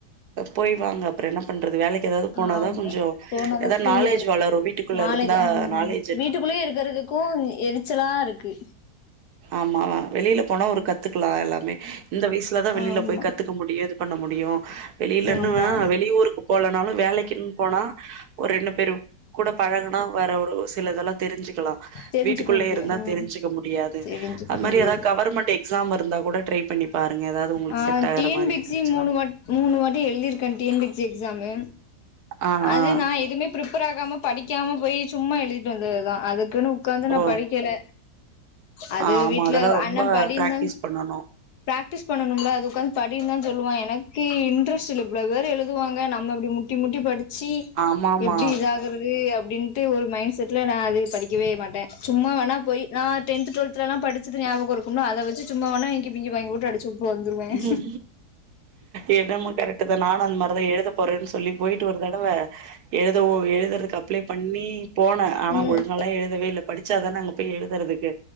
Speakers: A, on the right; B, on the left.
A: போய் வாங்க அப்பற என்ன பண்றது வேலக்கி எதாது
B: ஆமா
A: போனாதா கொஞ்சோ
B: போனாதா
A: எதா
B: ஃப்ரீயா
A: நாலேஜூ
B: இருக்கு
A: வளரு வீட்டுக்குள்ள
B: நாலேஜ்
A: இருந்தா
B: ம்
A: நாலே
B: வீட்டுக்குள்ளயே இருக்கறதுக்கு எரிச்சலா இருக்கு
A: ஆமா வெளில போனா ஒரு கத்துக்கலா எல்லாமே இந்த வயசுலதா வெளில
B: ஆமா
A: போய் கத்துக்க முடியு இது பண்ண முடியு வெளிலன்னா
B: ஆமா
A: வெளி ஊருக்கு போலனாலு வேலக்கின்னு போனா ஒரு ரெண்டு பேரு கூட பழகுனா வேற ஒரு சில இதெல்லா தெரிஞ்சுக்கலா
B: தெரிஞ்சுக்க
A: வீட்டுக்குள்ளயே
B: முடியு
A: இருந்தா
B: ம்
A: தெரிஞ்சுக்க முடியாது
B: தெரிஞ்சுக்க
A: அது மாரி
B: முடியாது
A: எதா கவர்மெண்ட் எக்ஸாம் இருந்தா கூட ட்ரை பண்ணி பாருங்க எதாது உங்களுக்கு
B: ஆ
A: செட்டாகற
B: டி என்
A: மாரி
B: பி
A: இருந்துச்சுனா
B: சி மூணு வாட் மூணு வாட்டி எழுதிருக்கேன் T N P C exam
A: ஆ,
B: அது
A: ஆ.
B: நா எதுமே ப்ரிப்பேர் ஆகாம படிக்காம போயி சும்மா எழுதிட்டு வந்ததுதான் அதுக்குன்னு உக்காந்து நா
A: ஓ
B: படிக்கல அது
A: ஆமா
B: வீட்ல
A: அதெல்லா ரொம்ப
B: அண்ண படிந்தான்
A: பிராக்டிஸ் பண்ணணு
B: பிராக்டிஸ் பண்ணனுமல்ல அது உக்காந்து படின்தான் சொல்லுவான் எனக்கே இன்ட்ரெஸ்ட்டு இல்ல இவ்ளோ பேரு எழுதுவாங்க நம்ம இப்டி முட்டி முட்டி படி ச்சி
A: ஆமா ஆமா
B: எப்டி இதா கறது அப்டின்ட்டு ஒரு மைண்ட் செட்ல நா அது படிக்கவே மாட்ட சும்மா வேணா போயி நான் டென்த்து டுவெல்த்தெலல்லா படிச்சது ஞாபகோ இருக்குமல்ல அத வெச்சு சும்மா வேனா இங்கி பிங்கி பாங்கி போட்டு அடு வந்துருவேன்
A: ம் என்னமோ கரெட்டுதான் நானு அந்தமாரிதான் எழுதப்போறன்னு சொல்லி போயிட்டு ஒரு தடவ எழுத ஒ எழுதறதுக்கு அப்ளை பண்ணி போன ஆனா
B: ம்
A: ஒழுங்கால்லா எழுதவே இல்ல படிச்சாதான அங்க போயி எழுதறதுக்கு